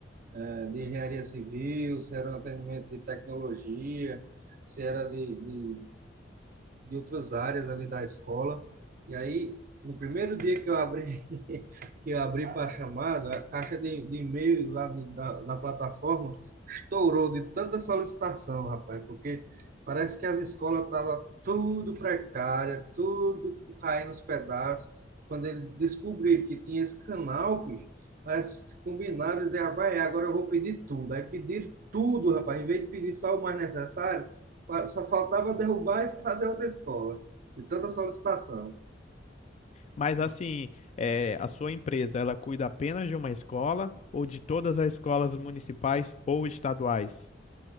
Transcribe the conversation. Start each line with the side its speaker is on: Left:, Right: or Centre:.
Right: eh, de engenharia civil, se era um atendimento de tecnologia, se era de, de, de outras áreas ali da escola. E aí, no primeiro dia que eu abri, <laughs> que eu abri para a chamada, a caixa de, de e-mail lá do, da, da plataforma estourou de tanta solicitação, rapaz, porque parece que as escolas estavam tudo precária, tudo caindo nos pedaços. Quando eles descobriram que tinha esse canal, bicho, mas combinaram de, ah, vai, agora eu vou pedir tudo. Aí pediram tudo, rapaz, em vez de pedir só o mais necessário, só faltava derrubar e fazer outra escola, de tanta solicitação.
Left: Mas, assim, é, a sua empresa, ela cuida apenas de uma escola ou de todas as escolas municipais ou estaduais?